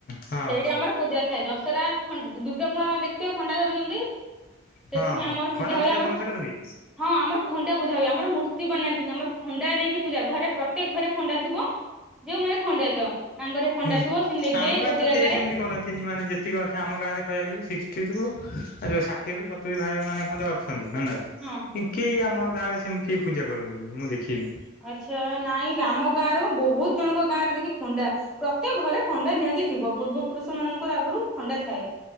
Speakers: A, on the left; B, in the centre.
A: ହଁ
B: ସେଇଠା
A: ହଁ
B: ଆମର ପୂଜା ଥାଏ ଦଶହରା ଦୁର୍ଗା ପୂା ଦେଖୁଥିବ ଖଣ୍ଡା ଧରୁଛନ୍ତି। ସେଥିପାଇଁ
A: ହଁ
B: ଆମର
A: ହଁ ଖଣ୍ଡା
B: ପୂଜା ହୁଏ ଆମର
A: ତମ ସେକରେ ହୁଏ?
B: ହଁ ଆମର ଖଣ୍ଡା ପୂଜା ହୁଏ ଆମର ମୂର୍ତ୍ତି ବନାନ୍ତି। ଆମର ଖଣ୍ଡା ନେଇକି ପୂଜା ଘରେ ପ୍ରତ୍ୟେକ ଘରେ ଖଣ୍ଡା ଥିବ ଯୋଉ ମାନେ ଖଣ୍ଡା ଥିବ। ତ ତାଙ୍କରେ ଖଣ୍ଡା
A: ହୁଁ
B: ଥିବ ସେ ନେବେ
A: ଆମ ଗାଁରେ
B: ଗୋଟେ
A: ତ
B: ଜାଗାରେ
A: କେହି ସେମିତି କରନ୍ତିନି ମାନେ ଯେତ ତିକି ଅଛି ଆମ ଗାଁରେ କହିବା ଗଲି ସିକ୍ସଟିରୁ ଯୋଉ ଷାଠିଏରୁ ସତୁରି ଭାଗେ ମାନେ ଖଣ୍ଡେ ଅଛନ୍ତି <unintelligible> ରେ
B: ହଁ।
A: କେହି ଆମର ଗାଁରେ ସେମତି କେହି ପୂଜା କରନ୍ତିନି ମୁଁ ଦେଖିନି।
B: ଆଚ୍ଛା ନାଇଁ ଆମ ଗାଁରେ କ ବହୁତ ଜଣଙ୍କ ଗାଁ ରେ ଦେଖି ଖୁଣ୍ଡା ପ୍ରତ୍ୟେକ ଘରେ ଖଣ୍ଡା ନିହାତି ଥିବ। ପୂର୍ବ ପୁରୁଷ ମାନଙ୍କର ଆଗରୁ ଖଣ୍ଡା ଥାଏ,